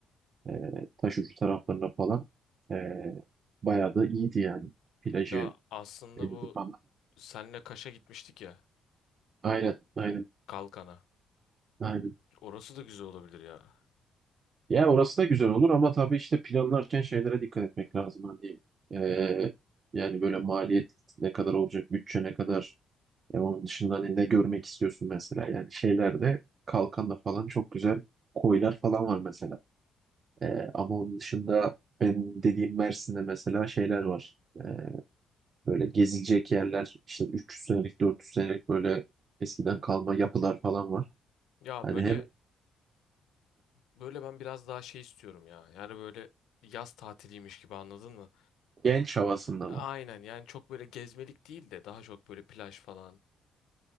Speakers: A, on the right (about 50°); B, on the left (about 80°).
A: Ee, Taşucu taraflarına falan. Ee, bayağı da iyiydi yani. Plajı,
B: Ya aslında
A: denizi
B: bu
A: falan.
B: senle Kaş'a gitmiştik ya.
A: Aynen, aynen,
B: Kalkan'a.
A: aynen.
B: Orası da güzel olabilir ya.
A: Ya orası da güzel olur ama tabii işte planlarken şeylere dikkat etmek lazım. Hani eee, yani böyle maliyet ne kadar olacak, bütçe ne kadar. E, onun dışında hani ne görmek istiyorsun mesela. Yani şeylerde Kalkan'da falan çok güzel koylar falan var mesela. Eee, ama onun dışında ben dediğim Mersin'de mesela şeyler var. Eee, böyle gezilecek yerler işte 300 senelik 400 senelik böyle eskiden kalma yapılar falan var.
B: Ya
A: Hani
B: böyle
A: hem
B: böyle ben biraz daha şey istiyorum ya. Yani böyle yaz tatiliymiş gibi anladın mı?
A: genç havasında
B: Ha, Aynen yani çok böyle gezmelik değil de daha çok böyle plaj falan.